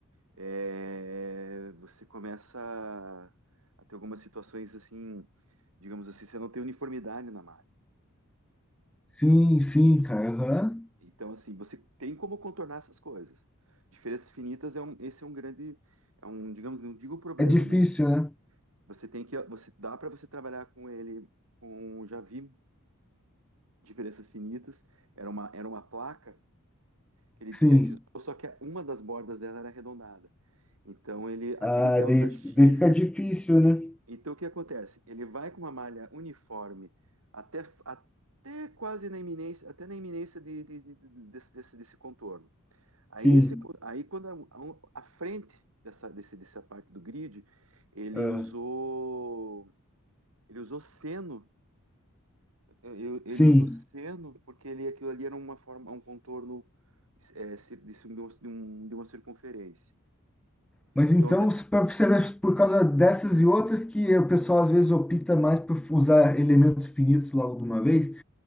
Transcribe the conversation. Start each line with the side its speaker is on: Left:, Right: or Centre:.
Right: é, você começa a, a ter algumas situações assim, digamos assim, você não tem uniformidade na malha.
Centre: Sim, sim, cara. aham.
Right: Então, assim, você tem como contornar essas coisas. Diferenças finitas é um, esse é um grande, é um, digamos, não digo problema,
Centre: É difícil,
Right: mas
Centre: né?
Right: você tem que, você dá para você trabalhar com ele. Com, já vi diferenças finitas. Era uma, era uma placa que ele
Centre: Sim.
Right: discretizou, só que uma das bordas dela era arredondada. Então ele, aquele
Centre: Ah,
Right: delta
Centre: daí,
Right: X.
Centre: daí fica difícil, né?
Right: Então o que acontece? Ele vai com uma malha uniforme até, até quase na iminência, até na iminência de, de- de- de- desse, desse desse contorno. Aí,
Centre: Sim.
Right: esse, aí quando a, a- a frente dessa, desse- dessa parte do grid, ele
Centre: Ah,
Right: usou ele usou seno. Ele, ele
Centre: sim.
Right: usou seno porque ele, aquilo ali era uma forma, um contorno é, cir- de, um- de um- de uma circunferência.
Centre: Mas
Right: Então,
Centre: então,
Right: de-
Centre: se- pra você ver, por causa dessas e outras que o pessoal às vezes opta mais por usar elementos finitos logo de uma vez?